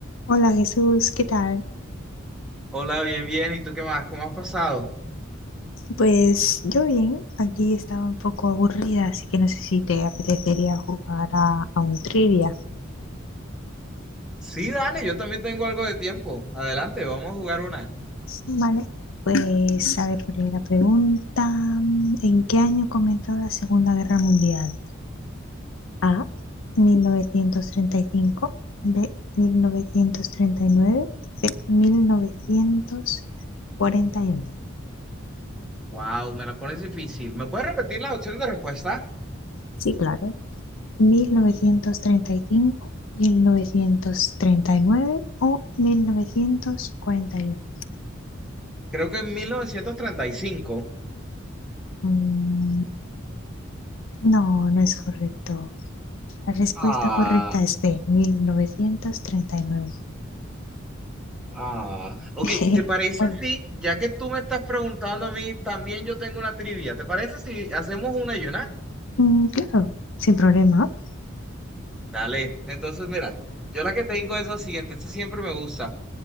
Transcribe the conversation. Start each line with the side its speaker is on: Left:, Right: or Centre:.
Left: Hola Jesús, ¿qué tal?
Centre: Hola, bien, bien. ¿Y tú qué más? ¿Cómo has pasado?
Left: Pues yo bien, aquí estaba un poco aburrida, así que no sé si te apetecería jugar a, a un trivia.
Centre: Sí, dale, yo también tengo algo de tiempo. Adelante, vamos a jugar una.
Left: Vale, pues a ver, primera pregunta. ¿En qué año comenzó la Segunda Guerra Mundial? A, 1935, B, mil mil novecientos novecientos treinta y nueve, mil novecientos cuarenta y uno.
Centre: Wow, me la pones difícil. ¿Me puedes repetir las opciones de respuesta?
Left: Sí, claro, 1935, 1939 o 1941.
Centre: Creo que en 1935.
Left: Mm, no, no es correcto. La respuesta
Centre: Ah,
Left: correcta es B, 1939.
Centre: ah, Ok,
Left: <laughs>
Centre: ¿te parece
Left: Bueno,
Centre: si, ya que tú me estás preguntando a mí, también yo tengo una trivia? ¿Te parece si hacemos una y una?
Left: mm, claro, sin problema.
Centre: Dale. Entonces, mira, yo la que tengo es la siguiente. Esta siempre me gusta.